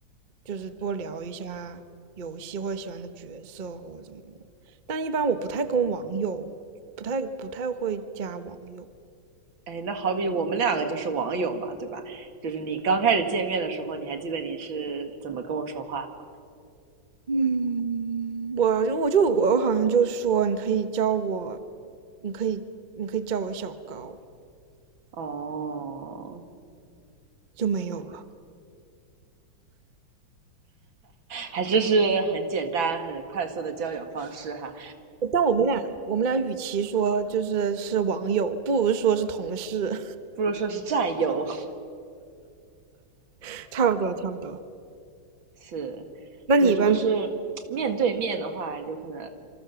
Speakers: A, on the right; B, on the right.
A: 就是多聊一下游戏或者喜欢的角色或者怎么样。但一般我不太跟网友，不太不太会加网友。
B: 哎，那好比我们两个就是网友嘛，对吧？就是你刚开始见面的时候，你还记得你是怎么跟我说话的吗？
A: 嗯，我我就我好像就说你可以叫我，你可以你可以叫我小高，
B: 哦，
A: 就没有了。
B: 还真是很简单、很快速的交友方式哈，
A: 但我们俩，我们俩与其说就是是网友，不如说是同事，
B: 不如说是战友。<laughs>
A: <laughs> 差不多，差不多。
B: 是，
A: 那你一般，
B: 就如果是面对面的话，就可能